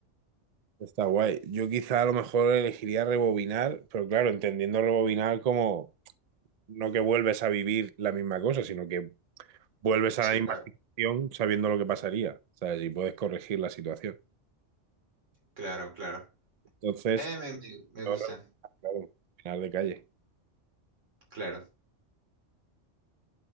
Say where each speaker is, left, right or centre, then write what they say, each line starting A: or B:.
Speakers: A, on the right; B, on the right.
A: Está guay. Yo quizá a lo mejor elegiría rebobinar, pero claro, entendiendo rebobinar como no que vuelves a vivir la misma cosa, sino que vuelves a
B: Sí,
A: la misma
B: claro.
A: situación sabiendo lo que pasaría, ¿sabes? Y puedes corregir la situación.
B: Claro, claro.
A: Entonces,
B: Eh, me, me- me
A: ahora,
B: gusta,
A: claro, final de calle.
B: claro.